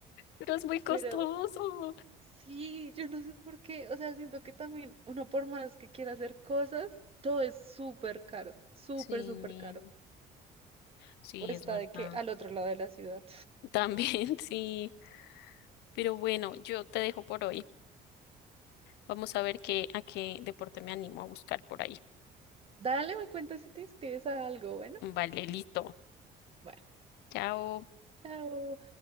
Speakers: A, on the left; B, on the right.
A: pero es muy costoso.
B: pero sí, yo no sé por qué, o sea, siento que también uno por más que quiera hacer cosas, todo es súper caro, súper,
A: Sí,
B: súper caro.
A: sí,
B: O está
A: es verdad.
B: de que al otro lado de la ciudad.
A: También <laughs> sí, pero bueno, yo te dejo por hoy. Vamos a ver qué, a qué deporte me animo a buscar por ahí.
B: Dale, me cuenta si te inscribes a algo, bueno.
A: Vale, listo.
B: Bueno,
A: Chao.
B: chao.